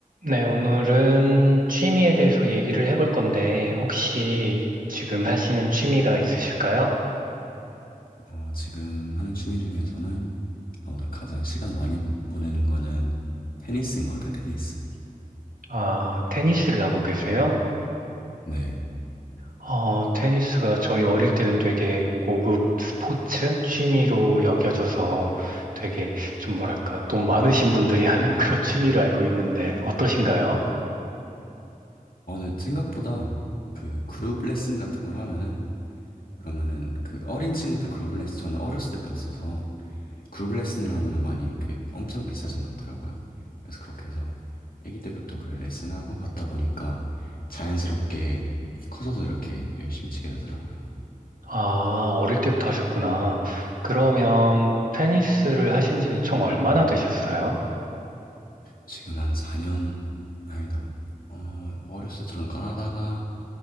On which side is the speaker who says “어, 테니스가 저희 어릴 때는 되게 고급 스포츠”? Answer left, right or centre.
Right